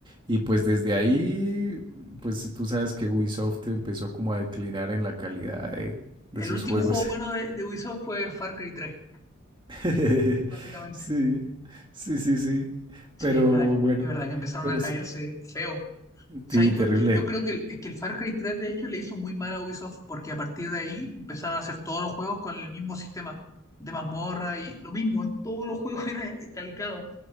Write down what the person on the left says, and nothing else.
El
último
juego bueno de, de Ubisoft fue Far Cry 3,
básicamente.
Sí,
es verdad,
es verdad que empezaron
a caerse
feo. ¿Sabéis
por qué? Yo creo que el, es que el Far Cry 3 de hecho le hizo muy mal a Ubisoft porque a partir de ahí empezaron a hacer todos los juegos con el mismo sistema de mazmorra y lo mismo, en todos los juegos <laughs> era calcado.